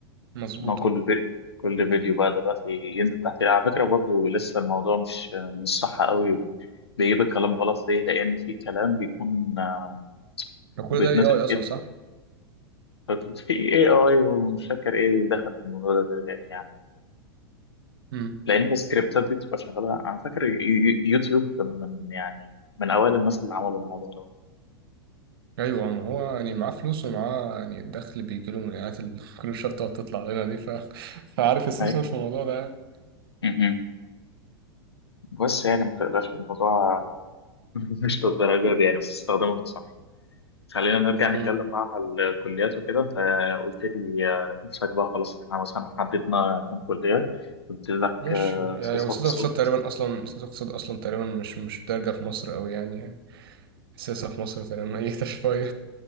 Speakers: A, on the right (about 60°); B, on the left (about 80°).
A: مظبوطة
B: ان هو كل في... كل فيديو بقى دلوقتي ينزل تحت على فكره برضو لسه الموضوع مش مش صح قوي بيجيب الكلام غلط ليه لان في كلام بيكون آه،
A: فكل ده كل
B: بيتنطق
A: ده اي اي اصلا
B: كده
A: صح
B: <laughs> في اي اي ومش فاكر ايه دخل في الموضوع ده يعني, يعني
A: مم.
B: لان السكريبتات دي بتبقى شغاله انا فاكر يو- يو- يوتيوب كان من يعني من اوائل الناس اللي عملوا الموضوع ده
A: ايوه ما هو يعني معاه فلوس ومعاه يعني الدخل بيجي له من الاعلانات اللي <laughs> كل شويه بتقعد تطلع لنا دي ف... فعارف يستثمر
B: أي.
A: في الموضوع ده يعني
B: مهم. بس يعني ما تقلقش الموضوع <laughs> مش للدرجه دي يعني بس استخدمه انت صح خلينا نرجع
A: مم.
B: نتكلم بقى على الكليات وكده انت قلت لي آه، نفسك بقى خلاص احنا مثلا حددنا كام كلية قلت لك
A: مش
B: آه،
A: يعني
B: سياسة
A: وسياسة
B: واقتصاد
A: اقتصاد تقريبا اصلا سياسة اقتصاد اصلا تقريبا مش مش دارجة في مصر قوي يعني يعني السياسة في مصر تقريبا اي <laughs> شوية